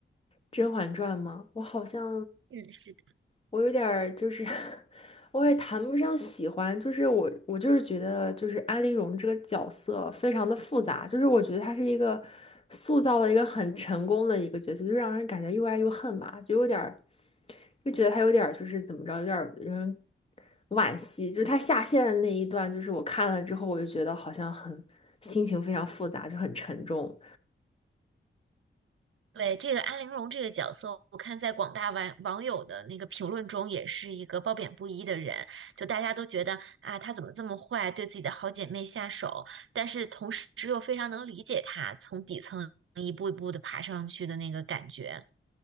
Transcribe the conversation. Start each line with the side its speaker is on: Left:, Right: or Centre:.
Left: 《甄嬛传》吗？我好像
Right: 嗯，
Left: 我有点儿就是 <laughs> 我也谈不上喜欢，就是我我就是觉得就是安陵容这个角色非常的复杂，就是我觉得她是一个塑造了一个很成功的一个角色，就让人感觉又爱又恨吧，就有点儿就觉得她有点儿就是怎么着，有点儿让人惋惜，就是她下线的那一段，就是我看了之后，我就觉得好像很心情非常复杂，就很沉重。
Right: 对，这个安陵容这个角色，我看在广大网网友的那个评论中，也是一个褒贬不一的人。就大家都觉得啊，她怎么这么坏，对自己的好姐妹下手，但是同时又非常能理解她从底层一步一步的爬上去的那个感觉，